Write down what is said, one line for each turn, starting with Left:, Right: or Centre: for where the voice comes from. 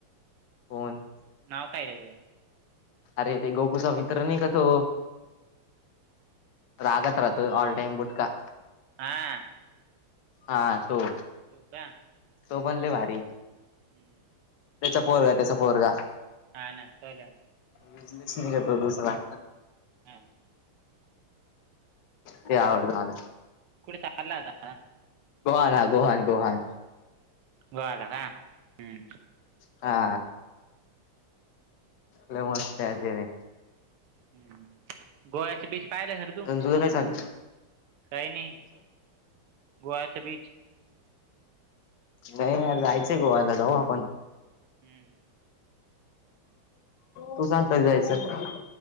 Left: कोन
Right: नाव काय आहे त्याच
Left: अरे ते गोकुचा मित्र नाही का तो रागत राहतो ऑल टाईम बुट का
Right: हा
Left: हा तो
Right: तो का
Left: तो पन लय भारी
Right: हम्म
Left: त्याचा पोरगा त्याचा पोरगा
Right: हा ना पाहिलंय ना
Left: विजलीच नाही का तो दुसरा
Right: हां
Left: ते आवडतं मला
Right: कुठे चालला होता आता
Left: गोहान हा गोहान गोहान
Right: गोहान ला का हम्
Left: हा लय मस्त आहे त्यांनी
Right: ह गोव्याच बीच पाहिलं का रे तू?
Left: अ तुझं काय चाल?
Right: काही नाही गोवाचे बीच.
Left: नाहीर जायचंय गोवला जाऊ आपण.
Right: हम्म
Left: तू सांग कधी जायचं?